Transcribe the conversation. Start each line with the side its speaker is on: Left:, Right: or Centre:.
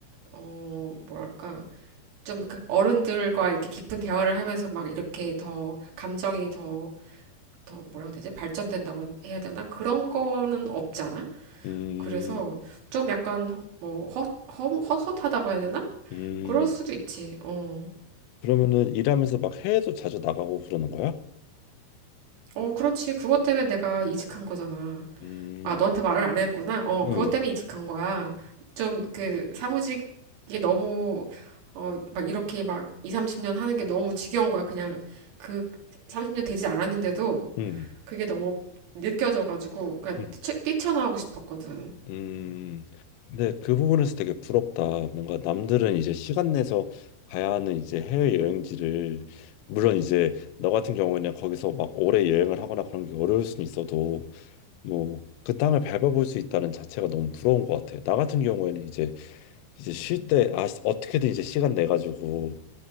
Right: 어, 뭐랄까, 좀 그 어른들과 이렇게 깊은 대화를 하면서 막 이렇게 더 감정이 더, 더 뭐라고 해야 되지? 발전된다고 해야 되나? 그런 거는 없잖아?
Left: 음.
Right: 그래서 좀 약간 뭐 헛, 헛, 헛헛하다고 해야 되나?
Left: 음,
Right: 그럴 수도 있지. 어.
Left: 그러면은 일하면서 막 해외도 자주 나가고 그러는 거야?
Right: 어, 그렇지. 그것 때문에 내가 이직한 거잖아.
Left: 음,
Right: 아, 너한테 말을 안 했구나. 어,
Left: 음,
Right: 그것 때문에 이직한 거야. 좀 그 사무직이 너무 어, 막 이렇게 막 2, 30년 하는 게 너무 지겨운 거야. 그냥 그 30년 되지 않았는데도
Left: 음,
Right: 그게 너무 느껴져 가지고 그러니까
Left: 음,
Right: 뛰쳐- 뛰쳐나오고 싶었거든.
Left: 음. 근데 그 부분에서 되게 부럽다. 뭔가 남들은 이제 시간 내서 가야 하는 이제 해외 여행지를 물론 이제 너 같은 경우에는 거기서 막 오래 여행을 하거나 그런 게 어려울 수는 있어도 뭐 그 땅을 밟아볼 수 있다는 자체가 너무 부러운 것 같아. 나 같은 경우에는 이제 이제 쉴 때 아 어떻게든 이제 시간 내 가지고